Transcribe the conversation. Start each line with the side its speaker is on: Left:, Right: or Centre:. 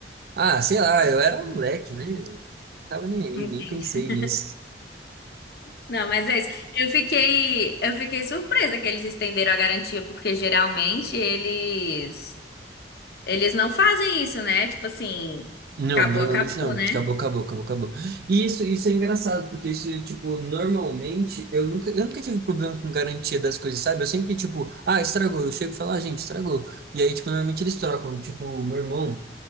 Right: Ah, sei lá, eu era um moleque, né? Não tava nem aí,
Left: Entendi.
Right: nem pensei nisso.
Left: Não, mas é isso. Eu fiquei, eu fiquei surpresa que eles estenderam a garantia, porque geralmente eles, eles não fazem isso, né? Tipo assim,
Right: Não,
Left: acabou,
Right: normalmente
Left: acabou,
Right: não.
Left: né?
Right: Acabou, acabou, acabou, acabou. E isso, isso é engraçado, porque isso, tipo, normalmente eu nunca, eu nunca tive problema com garantia das coisas, sabe? Eu sempre, tipo, ah, estragou. Eu chego e falo, ah, gente, estragou. E aí, tipo, normalmente eles trocam. Tipo, o meu irmão,